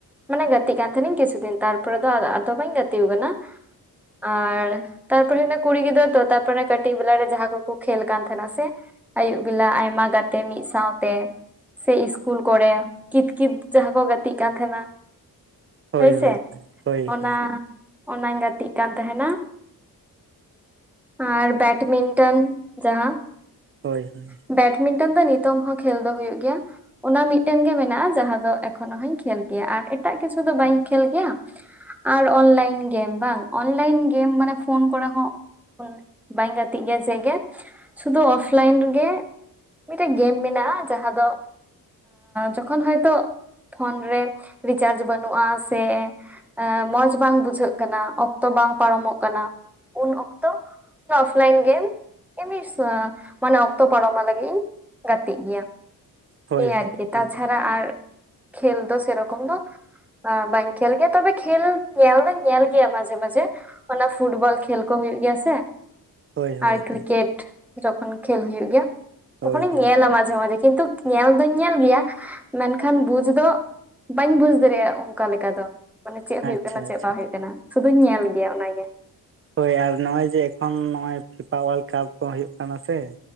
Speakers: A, in the centre; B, on the right.
A: ᱢᱟᱱᱮ ᱜᱟᱛᱮᱜ ᱠᱟᱱ ᱛᱟᱦᱮᱸᱱᱤᱧ ᱠᱤᱪᱷᱩ ᱫᱤᱱ ᱛᱟᱨᱯᱚᱨᱮ ᱫᱚ ᱟᱫᱚ ᱵᱟᱹᱧ ᱜᱟᱛᱮ ᱠᱟᱱᱟ, ᱟᱨ ᱛᱟᱨᱯᱚᱨᱮ ᱠᱩᱲᱤ ᱜᱤᱫᱽᱨᱟᱹ ᱫᱚ ᱛᱟᱨᱯᱚᱨᱮ ᱠᱟᱹᱴᱤᱡ ᱵᱮᱞᱟ ᱨᱮ ᱡᱟᱦᱟᱸ ᱠᱚᱠᱚ ᱠᱷᱮᱞ ᱠᱟᱱ ᱛᱟᱦᱮᱸᱱᱟ ᱥᱮ ᱟᱭᱩᱵ ᱵᱮᱞᱟ ᱟᱭᱢᱟ ᱜᱟᱛᱮ ᱢᱤᱫ ᱥᱟᱶᱛᱮ ᱥᱮ ᱤᱥᱠᱩᱞ ᱠᱚᱨᱮ ᱠᱤᱛ, ᱠᱤᱛ ᱡᱟᱦᱟᱸ ᱠᱚ ᱜᱟᱛᱮᱜ ᱠᱟᱱ ᱛᱟᱦᱮᱸᱱᱟ
B: ᱦᱳᱭ
A: ᱦᱳᱭᱥᱮ
B: ᱦᱳᱭ ᱦᱳᱭ
A: ᱚᱱᱟ
B: ᱦᱳᱭ
A: ᱚᱱᱟᱧ ᱜᱟᱛᱮᱜ ᱠᱟᱱ ᱛᱟᱦᱮᱸᱱᱟ ᱟᱨ ᱵᱮᱰᱢᱤᱱᱴᱚᱱ ᱡᱟᱦᱟᱸ
B: ᱦᱳᱭᱻᱦᱳᱭᱻ᱾
A: ᱵᱮᱰᱢᱤᱱᱴᱚᱱ ᱫᱚ ᱱᱤᱛᱚᱝ ᱦᱚᱸ ᱠᱷᱮᱞ ᱫᱚ ᱦᱳᱭᱳ ᱜᱮᱭᱟ᱾ ᱚᱱᱟ ᱢᱤᱫᱴᱮᱱ ᱜᱮ ᱢᱮᱱᱟᱜᱼᱟ ᱡᱟᱦᱟᱸ ᱫᱚ, ᱮᱠᱷᱚᱱᱳ ᱦᱚᱸᱧ ᱠᱷᱮᱞ ᱜᱮᱭᱟ ᱟᱨ ᱮᱴᱟᱜ ᱠᱤᱪᱷᱩ ᱫᱚ ᱵᱟᱹᱧ ᱠᱷᱮᱞ ᱜᱮᱭᱟ᱾ ᱟᱨ ᱚᱱᱞᱟᱭᱤᱱ ᱜᱮᱢ ᱵᱟᱝ ᱚᱱᱞᱟᱭᱤᱱ ᱜᱮᱢ ᱢᱟᱱᱮ ᱯᱷᱳᱱ ᱠᱚᱨᱮ ᱦᱚᱸ ᱵᱟᱹᱧ ᱜᱟᱛᱮᱜ ᱜᱮᱭᱟ ᱪᱮᱫ ᱜᱮ ᱥᱩᱫᱩ ᱚᱯ ᱚᱯᱷᱞᱟᱭᱤᱱ ᱨᱮᱜᱮ ᱢᱤᱫᱴᱮᱡ ᱜᱮᱢ ᱢᱮᱱᱟᱜᱼᱟ ᱡᱟᱦᱟᱸ ᱫᱚ ᱡᱚᱠᱷᱚᱱ ᱦᱳᱭᱛᱳ ᱯᱷᱳᱱ ᱨᱮ ᱨᱤᱪᱟᱨᱡᱽ ᱵᱟᱹᱱᱩᱜᱼᱟ ᱥᱮ ᱢᱚᱸᱡᱽ ᱵᱟᱝ ᱵᱩᱡᱷᱟᱹᱜ ᱠᱟᱱᱟ, ᱚᱠᱛᱚ ᱵᱟᱝ ᱯᱟᱨᱚᱢᱚᱜ ᱠᱟᱱᱟ ᱩᱱ ᱚᱠᱛᱚ᱾ ᱚᱯᱷᱞᱟᱭᱤᱱ ᱜᱮᱢ ᱮᱢᱱᱤ ᱢᱟᱱᱮ ᱚᱠᱛᱚ ᱯᱟᱨᱚᱢᱚᱜ ᱞᱟᱹᱜᱤᱜ ᱤᱧ ᱜᱟᱛᱮᱜ ᱜᱮᱭᱟ,
B: ᱦᱳᱭ
A: ᱮᱭ
B: ᱦᱳᱭ
A: ᱟᱨᱠᱤ ᱛᱟᱪᱷᱟᱲᱟ
B: ᱦᱳᱭ
A: ᱟᱨ ᱠᱷᱮᱞ ᱫᱚ ᱥᱮᱨᱚᱠᱚᱢ ᱫᱚ ᱦᱸ ᱵᱟᱹᱧ ᱠᱷᱮᱞ ᱜᱮᱭᱟ ᱛᱚᱵᱮ ᱠᱷᱮᱞ ᱧᱮᱞ ᱫᱩᱧ ᱧᱮᱞ ᱜᱮᱭᱟ ᱢᱟᱡᱷᱮ ᱢᱟᱡᱷᱮ ᱚᱱᱟ ᱯᱷᱩᱴᱵᱚᱞ ᱠᱷᱮᱞ ᱠᱚ ᱦᱩᱭᱩᱜ ᱜᱮᱭᱟ ᱥᱮ
B: ᱦᱳᱭ ᱦᱳᱭ
A: ᱟᱨ ᱠᱨᱤᱠᱮᱴ ᱡᱚᱠᱷᱚᱱ ᱠᱷᱮᱞ ᱦᱩᱭᱩᱜ ᱜᱮᱭᱟ,
B: ᱦᱳᱭ
A: ᱛᱚᱠᱷᱚᱱᱤᱧ
B: ᱦᱳᱭ
A: ᱧᱮᱞᱟ ᱢᱟᱡᱷᱮ ᱢᱟᱡᱷᱮ ᱠᱤᱱᱛᱩ ᱧᱮᱞ ᱫᱩᱧ ᱧᱮᱞ ᱜᱮᱭᱟ ᱢᱮᱱᱠᱷᱟᱱ ᱵᱩᱡ ᱫᱚ ᱵᱟᱹᱧ ᱵᱩᱡ ᱫᱟᱲᱮᱭᱟᱜᱼᱟ, ᱚᱱᱠᱟ ᱞᱮᱠᱟ ᱫᱚ ᱢᱟᱱᱮ ᱪᱮᱫ ᱦᱳᱭᱳᱜ
B: ᱟᱪᱪᱷᱟ
A: ᱠᱟᱱᱟ ᱪᱮᱫ
B: ᱟᱪᱪᱷᱟ
A: ᱵᱟᱝ ᱦᱳᱭᱳᱜ ᱠᱟᱱᱟ ᱥᱩᱫᱩᱧ ᱧᱮᱞ ᱜᱮᱭᱟ ᱚᱱᱟᱜᱮ
B: ᱦᱳᱭ ᱟᱨ ᱱᱚᱜᱼᱚᱭ ᱡᱮ ᱮᱠᱷᱚᱱ ᱱᱚᱜᱚᱭ ᱯᱷᱤᱯᱟ ᱚᱣᱟᱨᱞᱰ ᱠᱟᱯ ᱠᱚ ᱦᱩᱭᱩᱜ ᱠᱟᱱᱟ, ᱥᱮ